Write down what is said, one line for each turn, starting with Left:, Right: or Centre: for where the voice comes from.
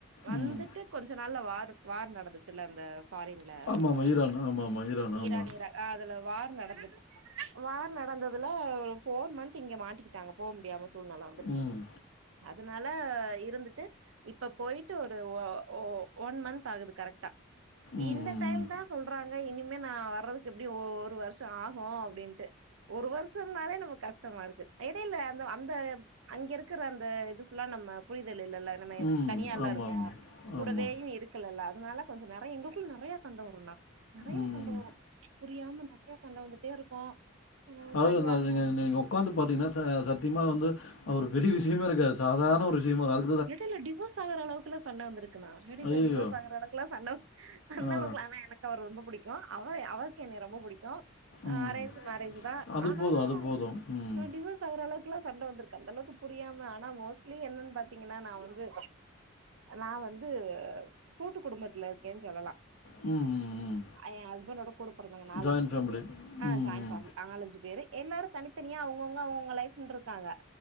Right: வந்துட்டு
Left: ம்
Right: கொஞ்ச நாள்ள வார் வார் நடந்துச்சில்ல அந்த பாரின்ல
Left: ஆமாமா
Right: குவைத்துல
Left: ஈரான் ஆமாமா ஆமா
Right: ஈரான் ஈராக் அதுல வார் நடந்த வார் நடந்ததுல ஒரு போர் மந்த் இங்க மாட்டிகிட் டாங்க அங்க போக முடியாம சூழ்நெலை வந்துருச்சி
Left: ம்
Right: அதனால இருந்துட்டு இப்ப போய்ட்டு ஒரு ஒ ஒ ஒன் மந்த் ஆகுது கரெட்டா
Left: ம்
Right: இந்த
Left: ம்
Right: டைம்
Left: ம்
Right: தா சொல்றாங்க இனிமே நா வர்றதுக்கு எப்டியு ஒரு வர்ஷொ ஆகு அப்டின்ட்டு ஒரு வருஷம்னாலே நமக் கஷ்டமா ருக்கு எடைல அந்த அந்த அங்கிருக்குற அந் இது ஃபுல்ல நம்ம புரிதல் இல்லல்ல நம்ம
Left: ம்
Right: தனியால்லா
Left: ஆமாமா
Right: ருக்கோ கூடவே
Left: ஆமா
Right: இரு இருக்கல ல்ல அதனால கொஞ்ச நெறைய எங்களுக்குள்ள நெறையா சண்ட வரு நெறையா
Left: ம்
Right: சண்ட வரு புரியாம நறையா சண்ட வந்துட்டே இருக்கு ஆ
Left: அவ்ளதா
Right: சரியாகு
Left: அதுங்க நீங்குப் உக்காந்து பாத்தீங்னா சா சத்திமா வந்து ஒரு பெரிய விஷயமே இருக்காது சாதார்ண ஒரு விஷயமோ ராத்
Right: எடைய்ல டிவோஸ் ஆகுற அளவுக்லா சண்ட வந்துருக்குண்ணா எடைய்ல
Left: ஐயய்யோ
Right: டிவோஸ் ஆகற அளவுக்லா சண்டவ் அந்த
Left: ஆ
Right: அளவுக்லா ஆனா எனக்கு அவர் ரொம்ப புடிக்கு அவ அவர்க்கு என்னே ரொம்ப புடிக்கு அ
Left: ம்
Right: அரேன்ஜு மேரேஜு தா
Left: அது
Right: ஆனாலு
Left: போதும் அது போதும் ம்
Right: அ டிவஸ் ஆவுற அளவுக்லா சண்ட வந்துருக் கந்தளவ்க்கு புரியாம ஆனா மோஸ்லி என்னன் பாத் பாத்தீங்கன்னா நா வந்து நா வந்து கூட்டு குடும்பத்ல இருக்கேன் சொல்லலா
Left: ம் ம் ம்
Right: அ எ ஹஸ்பண்டோட கூட பெறந்தங்க நாலஞ்சு
Left: ஜாயிண்ட் ஃபேமிலி
Right: பேரு ஆ
Left: ம்
Right: ஜாய்ன்
Left: ம்
Right: ஃபேம்லி நாகலஞ்சு பேரு எல்லாரு தனித்தனியா அவுங்கவுங்க அவுங்கவுங்க லைஃப்ன்ருக்காங்க